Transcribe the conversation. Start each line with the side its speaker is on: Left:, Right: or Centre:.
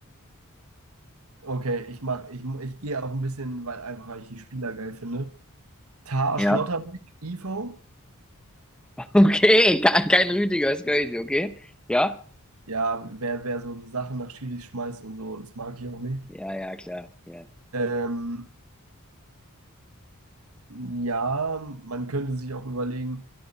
Right: Okay, ich mach, ich, ich gehe auch ein bisschen, weil einfach weil ich die Spieler geil finde. Tar
Centre: Ja.
Right: Schlotterbeck,
Centre: <laughs>
Right: Ivo.
Centre: Okay, ke- kein Rüdiger, ist crazy, okay? Ja?
Right: Ja, wer, wer so Sachen nach Schiri schmeißt und so, das mag ich auch nicht.
Centre: Ja, ja, klar. Ja.
Right: Ähm, Ja, man könnte sich auch überlegen,